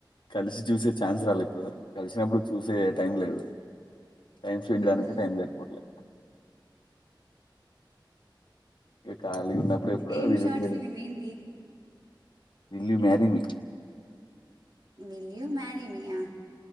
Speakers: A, on the left; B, on the right.
A: కలిసి చూసే ఛాన్స్ రాలి ఇప్పటి వరకు కలిసినప్పుడు చూసే టైం లేదు టైం సెడ్చేయడానికే
B: ఉహు
A: టైం సర్పోవట్లే ఖాళీ ఉన్నప్పుడు ఎప్పుడో
B: ఏం
A: విలుంటే
B: షార్ట్ ఫిలిం ఏంది
A: will you marry me
B: will you మారిమియా